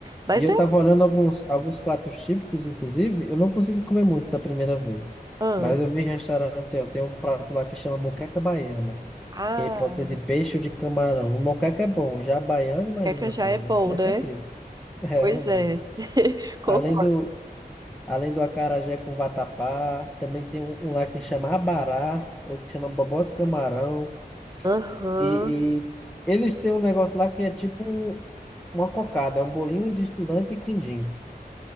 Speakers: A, on the right (about 25°); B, in the centre.
A: Mas
B: E eu
A: é.
B: estava olhando alguns, alguns pratos típicos, inclusive, eu não consegui comer muitos da primeira vez.
A: Ah,
B: Mas eu vi em restaurante, ó, tem um prato lá que chama moqueca baiana.
A: ah,
B: que aí pode ser de peixe ou de camarão. E moqueca é bom, já a baiana, imagina
A: queca já
B: só,
A: é bom,
B: vai
A: né?
B: ser incrível. <laughs> É
A: Pois
B: verdade.
A: é. <laughs> Concordo.
B: Além do, além do acarajé com vatapá, também tem um, um lá que chama abará, outro que chama bobó de camarão.
A: Aham.
B: E, e eles têm um negócio lá que é tipo um- uma cocada, é um bolinho de estudante e quindim.